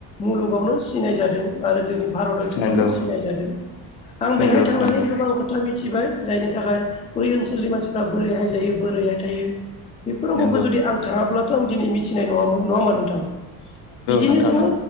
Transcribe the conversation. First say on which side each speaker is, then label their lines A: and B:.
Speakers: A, on the left; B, on the left.
A: मुलुगावनो सिनाय जादों आरो जोंनि भारत ओनसोलावनो
B: नंगौ
A: सिनाय जादों आं बेहाय
B: नंगौ
A: थांनानै
B: नंगौ।
A: गोबां खोथा मिथिबाय जायनि थाखाय बै ओनसोलनि मानसिफ्रा बोरैहाय जायो बोरैहाय थायो बेफोर रखमखौ
B: बेफोरखौ
A: जुदि आं थाङाब्लाथ आं दिनै मिथि फनाय नङामोन नङा होमा नोंथां बिदिनो
B: नोंथां
A: जोङो